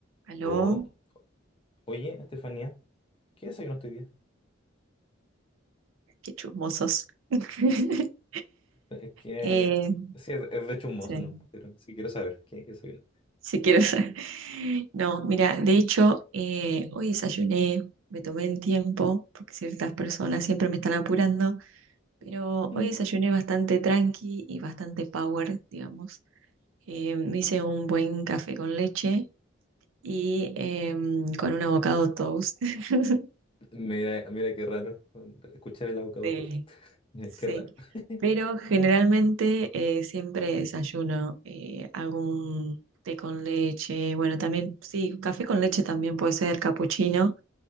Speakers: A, on the right; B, on the left.
A: Aló,
B: Luego, Oye, Estefanía, ¿qué desayunaste hoy día?
A: qué chismosos. <laughs>
B: Es que,
A: Eh,
B: sí, es, es de hecho un
A: sí,
B: mozo, ¿no? Pero sí quiero saber, ¿qué, qué desayunaste?
A: si quieres. <laughs> No, mira, de hecho, eh, hoy desayuné, me tomé el tiempo, porque ciertas personas siempre me están apurando, pero
B: Mm.
A: hoy desayuné bastante tranqui y bastante power, digamos. Eh, me hice un buen café con leche y em, con un avocado toast. <laughs>
B: Mira, mira qué raro con- escuchar el abocado
A: Sí,
B: tos. <laughs> Mira,
A: Sí,
B: qué raro. <laughs>
A: pero generalmente eh, siempre desayuno eh, algún té con leche, bueno, también, sí, café con leche también puede ser capuchino